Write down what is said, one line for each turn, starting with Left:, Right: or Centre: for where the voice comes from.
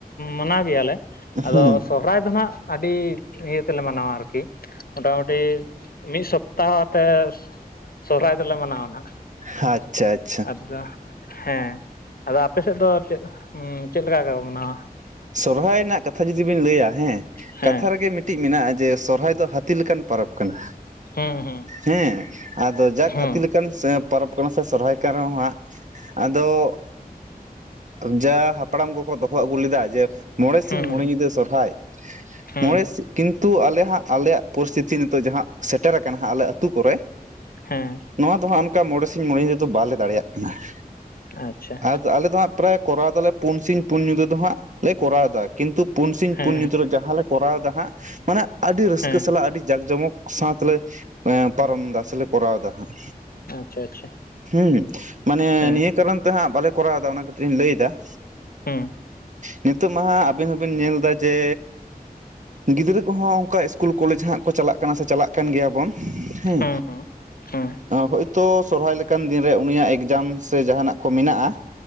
Left: ᱢᱟᱱᱟᱣ ᱜᱮᱭᱟ ᱞᱮ
Right: ᱦᱩᱸ
Left: ᱟᱫᱚ ᱥᱚᱨ ᱥᱚᱨᱦᱟᱭ ᱫᱚ ᱱᱟᱦᱟᱸᱜ ᱟᱹᱰᱤ ᱤᱭᱟᱹ ᱛᱮᱞᱮ ᱢᱟᱱᱟᱣᱟ ᱟᱨᱠᱤ ᱢᱚᱴᱟᱢᱩᱴᱤ ᱢᱤᱫ ᱥᱚᱯᱛᱟ ᱦᱚᱸ ᱛᱮ ᱥᱚᱦᱨᱟᱭ ᱫᱚᱞᱮ ᱢᱟᱱᱟᱣᱟ ᱱᱟ ᱦᱟᱸᱜ᱾
Right: ᱟᱪᱪᱷᱟ ᱟᱪ
Left: ᱟᱫᱚ ᱦᱮᱸ ᱟᱫᱚ ᱟᱯᱮ ᱥᱮᱫ ᱫᱚ ᱪᱮᱫ ᱪᱮᱫ ᱞᱮᱠᱟ ᱢᱟᱱᱟᱣᱟ
Right: ᱥᱚᱨᱦᱟᱭ ᱨᱮᱱᱟᱜ ᱠᱟᱛᱷᱟ ᱡᱩᱫᱤ ᱵᱤᱱ ᱞᱟᱹᱭᱟ ᱦᱮᱸ
Left: ᱦᱮᱸ
Right: ᱠᱟᱛᱷᱟ ᱨᱮᱜᱮ ᱢᱤᱫᱴᱤᱡ ᱢᱮᱱᱟᱜᱼᱟ ᱡᱮ ᱥᱚᱨᱦᱟᱭ ᱫᱚ ᱦᱟᱹᱛᱤ ᱞᱮᱠᱟᱱ ᱯᱚᱨᱚᱵᱽ ᱠᱟᱱᱟ
Left: ᱦᱩᱸ ᱦᱩᱸ
Right: ᱦᱮᱸ ᱟᱫᱚ ᱡᱟ
Left: ᱦᱩᱸ
Right: ᱦᱟᱹᱛᱤ ᱞᱮᱠᱟᱱ ᱡᱤᱴ. ᱯᱚᱨᱚᱵ ᱠᱟᱱᱟ ᱥᱮ ᱥᱚᱨᱦᱟᱭ ᱠᱟᱱ ᱨᱮᱦᱚᱸ ᱦᱟᱸᱜ ᱟᱫᱚ ᱡᱟ ᱦᱟᱯᱲᱟᱢ ᱠᱚᱠᱚ ᱫᱚᱦᱚᱸ ᱟᱹᱜᱩ ᱞᱮᱫᱟ ᱡᱮ ᱢᱚᱬᱮ ᱥᱤᱧ
Left: ᱦᱩᱸ
Right: ᱢᱚᱬᱮ
Left: ᱦᱩᱸ
Right: ᱧᱤᱫᱟᱹ ᱥᱚᱨᱦᱟᱭ
Left: ᱦᱩᱸ
Right: ᱢᱚᱬᱮ ᱥᱤᱧ ᱠᱤᱱᱛᱩ ᱟᱞᱮ ᱦᱟᱸᱜ ᱟᱞᱮᱭᱟᱜ ᱯᱚᱨᱤᱥᱛᱷᱤᱛᱤ ᱱᱤᱛᱚᱜ ᱡᱟᱦᱟᱸ ᱥᱮᱴᱮᱨ ᱟᱠᱟᱱᱟ ᱦᱟᱸᱜ ᱟᱞᱮ ᱟᱹᱛᱩ ᱠᱚᱨᱮ
Left: ᱦᱮᱸ
Right: ᱱᱚᱣᱟ ᱫᱚ ᱦᱟᱸᱜ ᱚᱱᱠᱟ ᱢᱚᱬᱮ ᱥᱤᱧ ᱢᱚᱬᱮ ᱧᱤᱫᱟᱹ ᱫᱚ ᱵᱟᱞᱮ ᱫᱟᱲᱮᱭᱟᱜ ᱠᱟᱱᱟ ᱾
Left: ᱟᱪᱪᱷᱟ
Right: ᱟᱫ ᱟᱞᱮ ᱫᱚ ᱦᱟᱸᱜ ᱯᱨᱟᱭ ᱠᱚᱨᱟᱣ ᱫᱟᱞᱮ ᱯᱩᱱ ᱥᱤᱧ ᱯᱩᱱ ᱧᱤᱫᱟᱹ ᱫᱚ ᱦᱟᱸᱜ ᱞᱮ ᱠᱚᱨᱟᱣ ᱮᱫᱟ ᱠᱤᱱᱛᱩ ᱯᱩᱱ ᱥᱤᱧ
Left: ᱦᱮᱸ
Right: ᱯᱩᱱ ᱧᱤᱛᱚᱜ ᱡᱟᱦᱟᱸ ᱞᱮ ᱠᱚᱨᱟᱣ ᱮᱫᱟ ᱦᱟᱸᱜ ᱢᱟᱱᱮ ᱟᱹᱰᱤ ᱨᱟᱹᱥᱠᱟᱹ
Left: ᱦᱮᱸ
Right: ᱥᱟᱞᱟᱜ ᱟᱹᱰᱤ ᱡᱟᱠ ᱡᱚᱢᱚᱠ ᱥᱟᱶ ᱛᱮᱞᱮ ᱯᱟᱨᱚᱢ ᱫᱟ ᱥᱮᱞᱮ ᱠᱚᱨᱟᱣ ᱫᱟ ᱦᱟᱸᱜ
Left: ᱟᱪᱪᱷᱟ ᱟᱪᱪᱷᱟ
Right: ᱦᱩᱸ ᱢᱟᱱᱮ
Left: ᱦᱮᱸ
Right: ᱱᱤᱭᱟᱹ ᱠᱟᱨᱚᱱ ᱛᱮ ᱦᱟᱸᱜ ᱵᱟᱞᱮ ᱠᱚᱨᱟᱣ ᱫᱟ ᱚᱱᱟ ᱠᱟᱹᱴᱤᱡ ᱞᱤᱧ ᱞᱟᱹᱭ ᱮ ᱛᱮᱦᱟᱜ
Left: ᱦᱩᱸ
Right: ᱱᱤᱛᱚᱜ ᱢᱟ ᱦᱟᱜ ᱟᱵᱤᱱ ᱦᱚᱸᱵᱤᱱ ᱧᱮᱞ ᱮᱫᱟ ᱡᱮ ᱜᱤᱫᱽᱨᱟᱹ ᱠᱚᱦᱚᱸ ᱚᱱᱠᱟ ᱤᱥᱠᱩᱞ ᱠᱚᱞᱮᱡᱽ ᱦᱟᱜ ᱠᱚ ᱪᱟᱞᱟᱜ ᱠᱟᱱᱟ ᱥᱮ ᱪᱟᱞᱟᱜ ᱠᱟᱱ ᱜᱮᱭᱟ ᱵᱚᱱ ᱦᱮᱸ
Left: ᱦᱩᱸ ᱦᱩᱸ ᱦᱩᱸ
Right: ᱦᱳᱭᱛᱳ ᱥᱚᱨᱚᱦᱟᱭ ᱞᱮᱠᱟᱱ ᱫᱤᱱ ᱨᱮ ᱩᱱᱤᱭᱟᱜ ᱮᱠᱡᱟᱢ ᱥᱮ ᱡᱟᱦᱟᱱᱟᱜ ᱠᱚ ᱢᱮᱱᱟᱜᱼᱟ